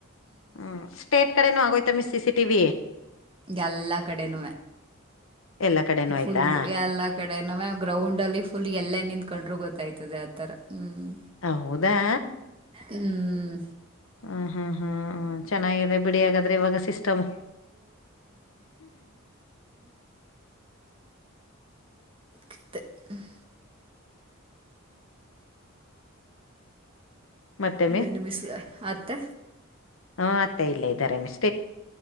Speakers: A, on the left; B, on the right.
A: ಹ್ಮ್ -ಸ್ಟೇಟ್ ಕಡೆನೂ ಆಗೋಯ್ತ ಮ ಸಿ- ಸಿ ಟಿವ
B: ಎಲ್ಲಾ ಕಡೆನ
A: ಎಲ್ಲಾ ಕಡೆನೂ
B: ಫುಲ್
A: ಆಯ್ತಾ
B: ಎಲ್ಲಾ ಕಡೆ ನ ಗ್ರೌಂಡ್ ಅಲ್ಲಿ ಫುಲ್ ಎಲ್ಲ ನಿಂತ. ಕಂಡ್ರೆ ಗೊತ್ತಾಯ್ತದೆ ಆತರ ಹ್ಮ್
A: ಹೌದಾ
B: ಹ್ಮ್
A: ಹ - ಹಾ- <unintelligible> ಹ ಚೆನ್ನಾಗಿದೆ ಬಿಡಿಯಗಾದ್ರೆ ಇವಾಗ ಸಿಸ್ಟಮ್
B: ತ್ತ <inaudible> <inaudible>
A: ಮತ್ತೆ
B: ನನು ಮಿಸ್ ಮತ್ತೆ
A: ಹುಂ -ಅತ್ತೆ ಇಲ್ಲೇ ಇದ್ದಾರೆ ಮಿಸ